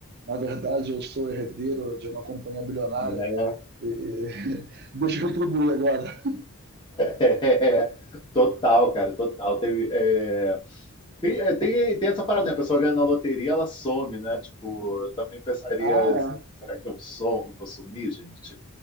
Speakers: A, on the right (about 45°); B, on the left (about 20°).
A: Na verdade, eu sou herdeiro de uma companhia bilionária.
B: né? <laughs>
A: E... <laughs> Deixa eu retribuir agora.
B: É, total, cara, total. Tem, é, Tem, é, tem, tem essa parada, né? A pessoa ganha na loteria, ela some, né? Tipo, eu também pensaria,
A: Ah, é
B: será que eu som, vou sumir, gente?